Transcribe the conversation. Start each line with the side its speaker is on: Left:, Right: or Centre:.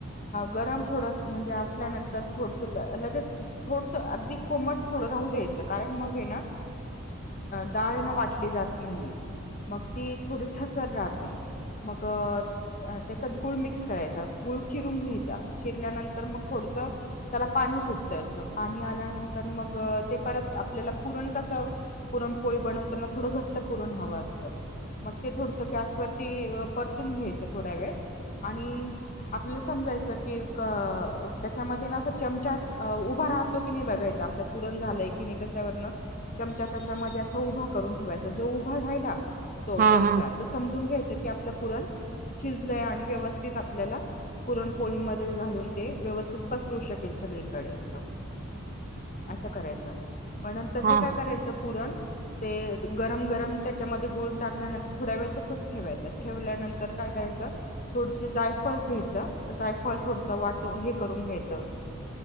Left: गरम थोड म्हणजे असल्यानंतर थोडस लगेच थोडसं अगदी कोमट थोडं राहू देत. कारण मग हे ना डाळ वाटल्ली जात नाही न. मग ती थोडी ठसर राहते मग त्या गुळ मिक्स करायचा गूळ चिरून घ्यायचा. घेतल्यानतरं न म थोडस त्याला पाणी सुटत अस पाणी आल्यानंतर मग परत ते आपल्याला पुरण कसा पुरणपोळी बनवताना थोडं घट्ट पुरण हवं असतं मग ते थोडस गॅसवररती परतून घ्यायचं थोड्या वेळ आणि आपल्या समजा की त्यांच्या मध्ये ना चमचा उभ राहतो की नाही बघायच आपल पुरण झालंय की नाही कशावरन चमचा त्यांच्या मध्ये अस उभा करून ठेवायच जो उभा राहिला तो
Right: हा
Left: चमचा
Right: हा
Left: तर समजून घ्यायच आपल पुरण शिजलंय आणि व्यवस्थित आपल्याला पुरण पळी मध्ये घालून ते व्यवस्थित पसरू शकेल सगळीकडे असं. असं करायचं म नंतर
Right: हा.
Left: ते काय करायचं पुरण ते गरम गरम त्याच्यामध्ये गूळ टाक ल्यानंतर थोड वेळ तसच ठेवायच ठेवल्यानंतर काय करायच थोडशी जायफळ घ्यायचं जायफळ थोडस वाट हे करून घ्यायचं